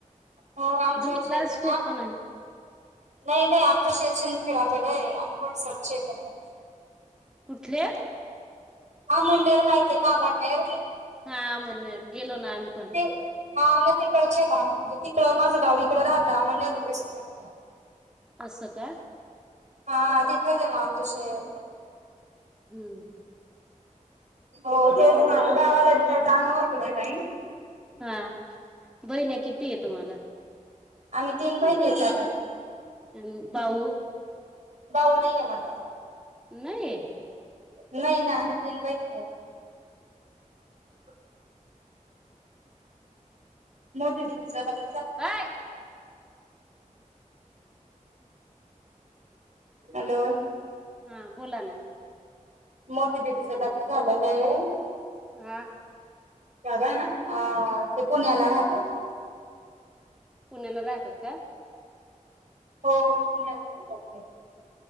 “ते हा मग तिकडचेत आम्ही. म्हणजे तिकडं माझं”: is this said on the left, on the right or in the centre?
Right